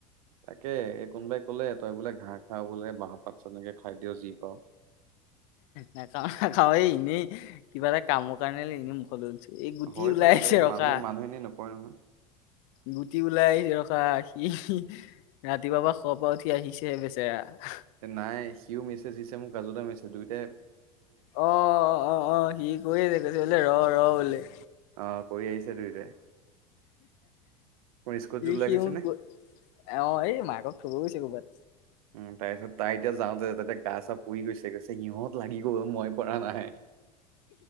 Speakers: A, on the right; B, on the left.
A: তাকে এই কোনোবাই কলে তই বোলে ঘাঁহ খাও বোলে, বাঁহৰ পাত চনেকে খাই দিয় বোলে যি পাও।
B: নাখাওঁ-নাখাওঁ এই এনেই কিবা এটা কামৰ কাৰণে লাগি, এই গুটি
A: হয়
B: ওলাই
A: চাগে
B: আইছে
A: দে
B: ৰকা।
A: মানুহে মানুহে এনেই নকয় নহয়
B: গুটি ওলাই ৰখা সি। ৰাতিপুৱা শুৱাৰ পৰা উঠি আহিছেহে বেচেৰা।
A: এ নাই সিও মেছেজ দিছে মোক কাজুদাই মেছেজ দুইটাই
B: অ, অ, অ, অ, সি কৰি আছে কৈছে বোলে ৰ-ৰ বোলে।
A: অ, কৰি আহিছে দুইটাই। স্কুলত ওলাই
B: সি
A: গৈছে
B: মোক
A: নে
B: অ, এই মাকক থ'ব গৈছে কৰ'বাত।
A: উম, তাইৰ পিছত তাই এতিয়া যাওঁতে গা চা পুৰি গৈছে কৈছে সিঁহত, লাগি গ'ল মই পৰা নাই।